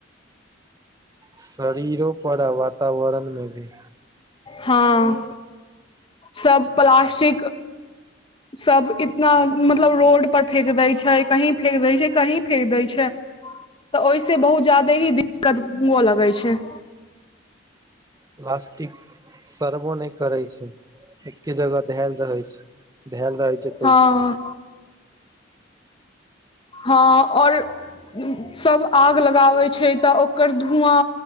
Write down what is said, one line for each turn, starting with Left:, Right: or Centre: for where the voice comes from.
Right: शरीरो पर आ वातावरण मे भी
Left: हँ सब प्लास्टिक सब इतना मतलब रोड पर फेेक दै छै कहीं फेेक दै छै कहीं फेेक दै छै तऽ ओहिसे बहुत ज्यादे ही दिक्कत हुअ लगै छै
Right: प्लास्टिक सरबो नहि करै छै एके जगह धेल रहै छै धेल रहै छै तऽ
Left: हँ हँ और सब आग लगाबै छै तऽ ओकर धुआँ